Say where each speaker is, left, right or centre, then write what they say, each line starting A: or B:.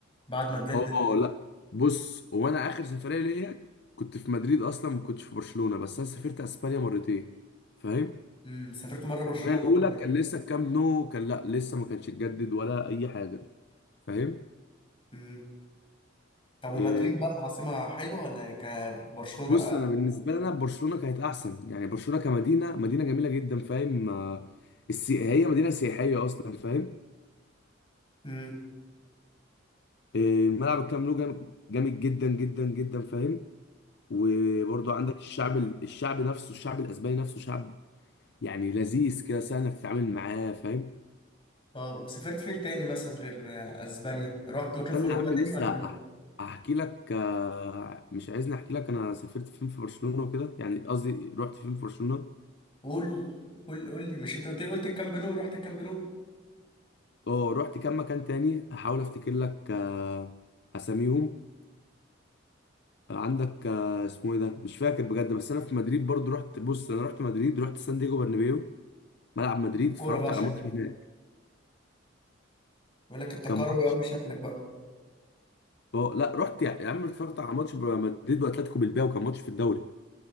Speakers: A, on the left; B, on the left.
A: بعد ما اتجدد
B: اه لا بص وانا اخر سفرية ليا كنت في مدريد اصلا ما كنتش في برشلونة بس انا سافرت اسبانيا مرتين فاهم
A: امم سافرت مره
B: السفرية
A: برشلونه
B: الاولى
A: ومره مدريد
B: كان لسه الكامب نو كان لا لسه ما كانش اتجدد ولا اي حاجة فاهم
A: امم طب ومدريد
B: آه،
A: بقى العاصمه حلوه ولا هي كبرشلونه
B: بص انا بالنسبه لنا برشلونه كانت احسن يعني برشلونه كمدينه مدينه جميله جدا فاهم آه، السي... هي مدينه سياحيه اصلا فاهم
A: امم
B: آه، الملعب الكامب نو جام- جامد جدا جدا جدا فاهم وبرضو عندك الشعب ال- الشعب نفسه الشعب الاسباني نفسه شعب يعني لذيذ كده سهل انك تتعامل معاه فاهم
A: اه وسافرت فين تاني مثلا غير اسبانيا رحت مكان
B: استنى
A: في اوروبا
B: يا عم
A: تاني
B: لسه
A: ولا لا
B: أح- احكي لك آه، مش عايزني احكي لك انا سافرت فين في برشلونه وكده يعني قصدي رحت فين في برشلونه
A: قول قول قول لي مش انت قلت لي قلت الكامب نو رحت الكامب نو
B: اه رحت كام مكان تاني احاول افتكر لك آه، اساميهم عندك آه، اسمه ايه ده مش فاكر بجد بس انا في مدريد برضو رحت بص انا رحت مدريد رحت سان دييجو برنابيو ملعب مدريد
A: ليك في الكوره
B: اتفرجت
A: بقى
B: على
A: شكلك
B: ماتش هناك
A: بقول لك انت
B: كان
A: كروي
B: ماتش
A: قوي شكلك بقى
B: اه لا رحت يا يا عم اتفرجت على ماتش مدريد واتلتيكو بالباو كان ماتش في الدوري